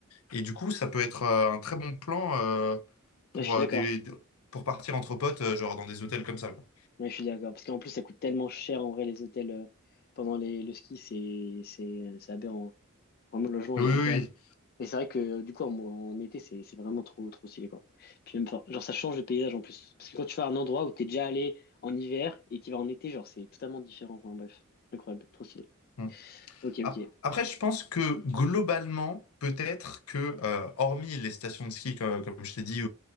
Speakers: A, on the left; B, on the left.
A: Et du coup, ça peut être euh, un très bon plan euh, pour,
B: Ouais, je suis
A: euh,
B: d'accord.
A: des, pour partir entre potes, euh, genre dans des hôtels comme ça, quoi.
B: Ouais, je suis d'accord. Parce qu'en plus, ça coûte tellement cher, en vrai, les hôtels euh, pendant les, le ski, c'est, c'est, euh, c'est aberrant. Vraiment, le logement
A: Oui,
B: est
A: oui,
B: incroyable. Et c'est vrai que euh, du coup, en, en été, c'est c'est vraiment trop, trop stylé, quoi. Puis même, enfin, genre, ça change le paysage en plus. Parce que quand tu vas à un endroit où t'es déjà allé en hiver et t'y vas en été, genre, c'est totalement différent. Enfin, bref, incroyable, trop stylé.
A: oui. Mm.
B: Ok, ok.
A: Ap- Après, je pense que globalement, peut-être que, euh, hormis les stations de ski, comme, comme je t'ai dit,